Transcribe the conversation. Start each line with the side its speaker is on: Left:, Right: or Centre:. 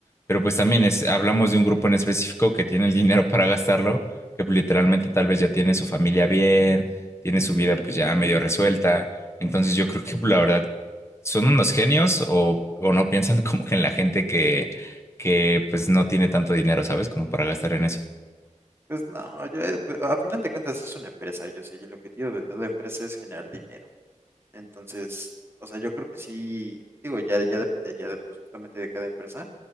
Left: Pero pues también es, hablamos de un grupo en específico que tiene el dinero para gastarlo, que pues, literalmente tal vez ya tiene su familia bien tiene su vida pues ya medio resuelta. Entonces yo creo que pues, la verdad son unos genios o, o no piensan <laughs> como que en la gente que, que pues no tiene tanto dinero, ¿sabes? Como para gastar en eso.
Right: pues no, yo, eh, pues, a final de cuentas es una empresa, yo sé, y el objetivo de toda empresa es generar dinero, entonces, o sea, yo creo que sí, digo, ya, ya dependería de, pues, justamente de cada empresa,